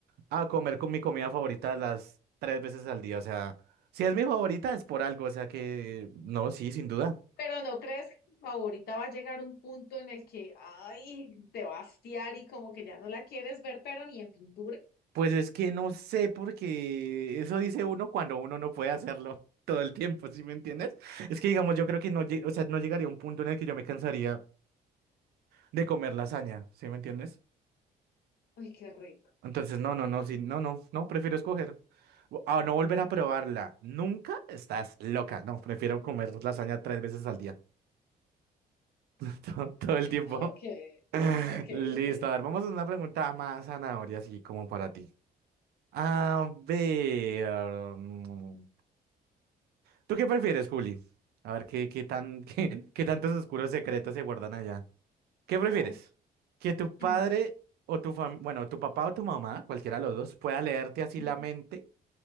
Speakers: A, on the right; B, on the left.
A: a comer con mi comida favorita las tres veces al día. O sea, si es mi favorita es por algo. O sea que, no, sí, sin duda.
B: Pero ¿no crees que tu favorita va a llegar un punto en el que, ay, te va a hastiar y como que ya no la quieres ver, pero ni en pintura?
A: Pues es que no sé, porque eso dice uno cuando uno no puede hacerlo <laughs> todo el tiempo, ¿sí me entiendes? Es que, digamos, yo creo que no, lle- o sea, no llegaría a un punto en el que yo me cansaría de comer lasaña, ¿sí me entiendes?
B: Ay, qué rico.
A: Entonces, no, no, no, sí, no, no, no, prefiero escoger. o- A no volver a probarla. Nunca estás loca. No, prefiero comer lasaña tres veces al día. <laughs> Todo, todo el tiempo.
B: Ok,
A: <laughs>
B: ok,
A: Listo,
B: ok.
A: a ver, vamos a una pregunta más zanahoria, así como para ti. A
B: A ver.
A: ver. mm, ¿Tú qué prefieres, Juli? A ver, ¿qué, qué tan, <laughs> qué, qué tantos oscuros secretos se guardan allá? ¿Qué prefieres?
B: Ah,
A: ¿Que tu padre
B: ujú,
A: o tu fam- bueno, tu papá o tu mamá, cualquiera de los dos, pueda leerte así
B: ujú.
A: la mente